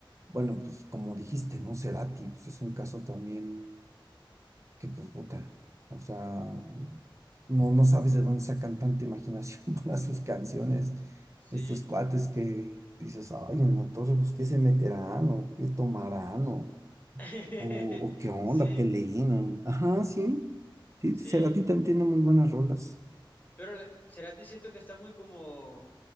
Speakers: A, on the right; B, on the left.
A: bueno, pues como dijiste, ¿no? Cerati, pues es un caso también que, pues, puta, o sea, no, no sabes de dónde sacan tanta imaginación <laughs> para sus canciones.
B: Sí,
A: Estos cuates que dices, ay, en la torre, pues, ¿qué se meterán o qué tomarán o,
B: <laughs>
A: o qué onda,
B: sí,
A: qué Lennon. Ajá, sí. Sí,
B: sí,
A: Cerati también tiene muy buenas rolas.
B: pero la- Cerati siento que está muy como